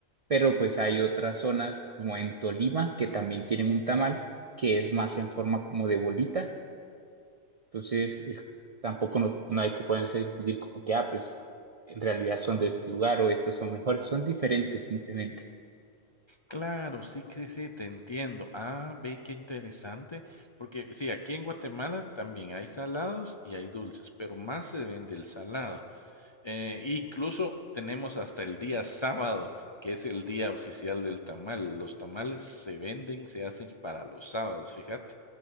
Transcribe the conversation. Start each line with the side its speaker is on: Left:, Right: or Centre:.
Right: pero pues hay otras zonas como en Tolima que también tienen un tamal que es más en forma como de bolita Entonces, es- tampoco no, no hay que ponerse a discutir como que, ah, pues en realidad son de este lugar o estos son mejores, son diferentes simplemente.
Left: Claro, sí, sí, sí, te entiendo. Ah, ve qué interesante, porque sí, aquí en Guatemala también hay salados y hay dulces, pero más se vende el salado. Eh, incluso tenemos hasta el día sábado, que es el día oficial del tamal. Los tamales se venden, se hacen para los sábados, fíjate.